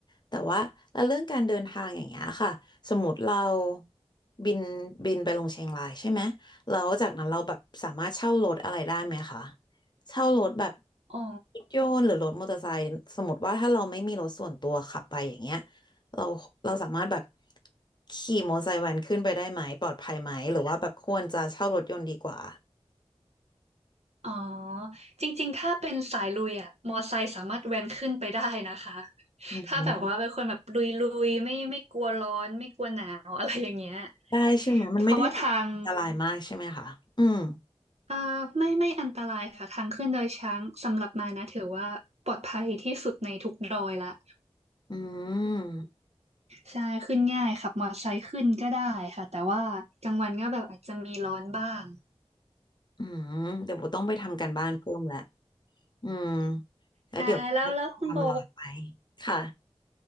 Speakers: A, on the left (about 40°); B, on the right (about 80°).
A: แต่ว่าแล้วเรื่องการเดินทางอย่างเงี้ยค่ะสมมติเราบินบินไปลงเชียงรายใช่ไหมแล้วจากนั้นเราแบบสามารถเช่ารถอะไรได้ไหมคะเช่ารถแบบ
B: อ๋อ
A: รถยนต์หรือรถมอเตอร์ไซค์สมมติว่าถ้าเราไม่มีรถส่วนตัวขับไปอย่างเงี้ยเราเราสามารถแบบขี่มอเตอร์ไซค์แวนขึ้นไปได้ไหมปลอดภัยไหมหรือว่าแบบควรจะเช่ารถยนต์ดีกว่า
B: อ๋อจริงๆถ้าเป็นสายลุยอะมอไซค์สามารถแว้นขึ้นไปได้นะคะ
A: อืม
B: ถ้าแบบว่าเป็นคนแบบลุยๆไม่ไม่กลัวร้อนไม่กลัวหนาวอะไรอย่างเงี้ย
A: ได้ใช่ไหมมันไม่ได้แบบอันตรายมากใช่ไหมคะอืม
B: เพราะว่าทาง เอ่อไม่ไม่อันตรายค่ะทางขึ้นดอยช้างสำหรับมานะถือว่าปลอดภัยที่สุดในทุกดอยละ
A: อืม
B: ใช่ขึ้นง่ายขับมอเตอร์ไซค์ขึ้นก็ได้ค่ะแต่ว่ากลางวันก็แบบอาจจะมีร้อนบ้าง
A: อืมเดี๋ยวโบต้องไปทำการบ้านเพิ่มละอืมแล้วเดี๋ยว
B: ค่ะแล้วแล้วคุณโบ
A: ทำรอไปค่ะ